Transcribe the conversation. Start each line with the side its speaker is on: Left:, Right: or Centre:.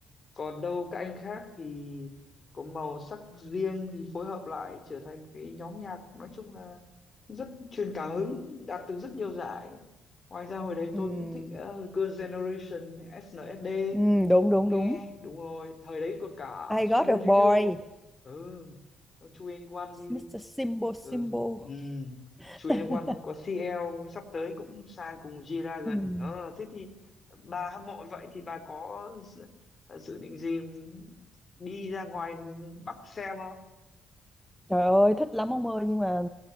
Left: còn đâu các anh khác thì có màu sắc riêng thì phối hợp lại trở thành một cái nhóm nhạc nói chung là rất truyền cảm hứng đạt được rất nhiều giải ngoài ra hồi đấy
Centre: ừm,
Left: tôi cũng thích uh, Girls' Generation SNSD
Centre: ừm, đúng đúng
Left: cũng nghe
Centre: đúng
Left: đúng rồi thời đấy còn cả
Centre: I
Left: Super
Centre: got a boy
Left: Junior ừ Chu En Wan như
Centre: Mr. Simbo Simbo
Left: ừ, ừ.
Centre: <laughs>
Left: Chu En Wan có CL sắp tới cũng sang cùng G-Dragon
Centre: Ừm.
Left: ờ thế thì bà hâm mộ vậy thì bà có dự, dự định gì đi ra ngoài Bắc xem không
Centre: Trời ơi, thích lắm ông ơi nhưng mà